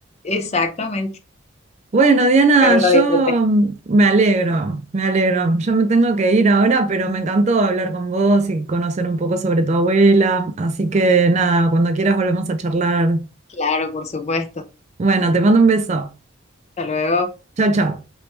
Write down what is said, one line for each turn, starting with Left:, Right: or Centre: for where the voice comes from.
Left: Exactamente,
Right: Bueno, Diana,
Left: pero
Right: yo
Left: la disfruté.
Right: mm, me alegro, me alegro. Yo me tengo que ir ahora, pero me encantó hablar con vos y conocer un poco sobre tu abuela. Así que nada, cuando quieras volvemos a charlar.
Left: Claro, por supuesto.
Right: Bueno, te mando un beso.
Left: Hasta luego.
Right: Chao, chao.